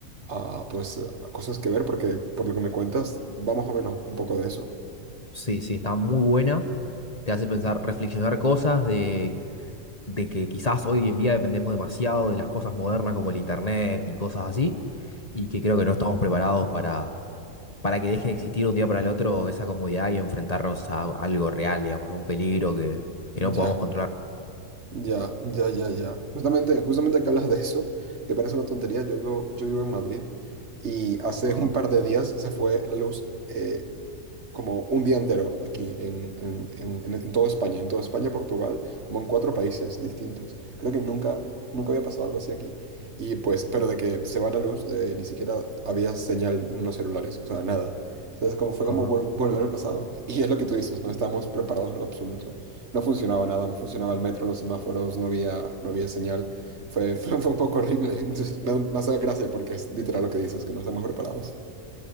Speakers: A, on the right; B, on the left.
A: a pues a cosas que ver porque por lo que me cuentas va más o menos un poco de eso.
B: Sí, sí, está muy buena. Te hace pensar, reflexionar cosas de, de que quizás hoy en día dependemos demasiado de las cosas modernas como el internet y cosas así, y que creo que no estamos preparados para, para que deje de existir un día para el otro esa comodidad y enfrentarnos a algo real, digamos, a un peligro que, que
A: Ya.
B: no podamos controlar.
A: Ya, ya, ya, ya. Justamente, justamente que hablas de eso, que parece una tontería, yo vivo, yo vivo en Madrid y hace
B: Ajá,
A: un par de días se fue la luz. eh, como un día entero aquí en, en, en, en- en toda España, en toda España, Portugal, como en cuatro países distintos. Creo que nunca, nunca había pasado algo así aquí. Y pues, pero de que se va la luz, de, ni siquiera había señal en los celulares, o sea, nada. Entonces, como fue
B: ajá.
A: como vol- volver al pasado. Y es lo que tú dices, no estábamos preparados en lo absoluto. No funcionaba nada, no funcionaba el metro, los semáforos, no había, no había señal. Fue, <laughs> fue, fue un poco horrible. Entonces, me, da- me hace gracia porque es literal lo que dices, que no estamos preparados.